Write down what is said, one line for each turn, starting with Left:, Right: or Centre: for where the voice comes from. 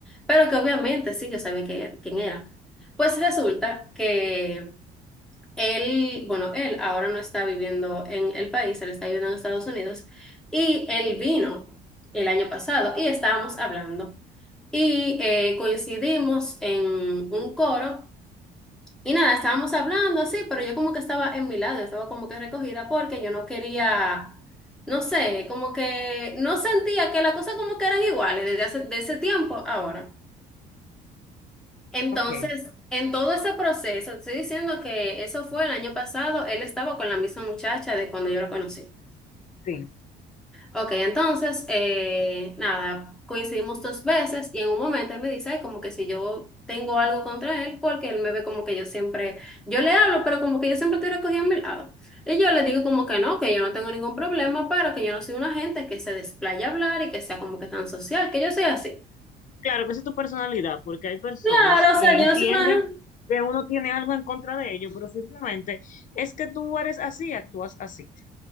Centre: pero que obviamente sí, yo sabía que- quién era. Pues resulta que él, bueno, él ahora no está viviendo en el país, él está viviendo en Estados Unidos y él vino el año pasado y estábamos hablando y eh, coincidimos en un coro y nada, estábamos hablando así, pero yo como que estaba en mi lado, yo estaba como que recogida porque yo no quería, no sé, como que no sentía que las cosas como que eran iguales desde hace, de ese tiempo a ahora. Entonces,
Left: Ok,
Centre: en todo ese proceso, te estoy diciendo que eso fue el año pasado, él estaba con la misma muchacha de cuando yo lo conocí.
Left: sí.
Centre: Ok, entonces, eh, nada, coincidimos dos veces y en un momento él me dice, "Ay, como que si yo tengo algo contra él, porque él me ve como que yo siempre, yo le hablo, pero como que yo siempre estoy recogida a mi lado. Y yo le digo como que no, que yo no tengo ningún problema, pero que yo no soy una gente que se desplaya a hablar y que sea como que tan social, que yo soy así.
Left: Claro que esa es tu personalidad, porque hay personas
Centre: Claro,
Left: que
Centre: o sea,
Left: entienden
Centre: yo no soy una gente
Left: que uno tiene algo en contra de ellos, pero simplemente es que tú eres así, actúas así.